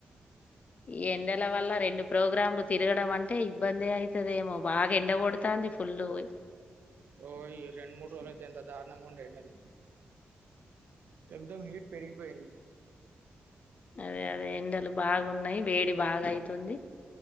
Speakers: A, on the left; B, on the right.
A: ఈ ఎండల వల్ల రెండు ప్రోగ్రాంలు తిరగడం అంటే ఇబ్బంది అయితదేమో, బాగా ఎండ కొడతాంది ఫుల్లుపోయి.
B: ఓ, ఈ రెండుమూడు రోజులయితే ఎంత త్ దారుణంగ ఉండే ఎండలు. ఏక్ దమ్ హీట్ పెరిగిపోయింది
A: అదే అదే ఎండలు బాగున్నాయి వేడి బాగా అయితుంది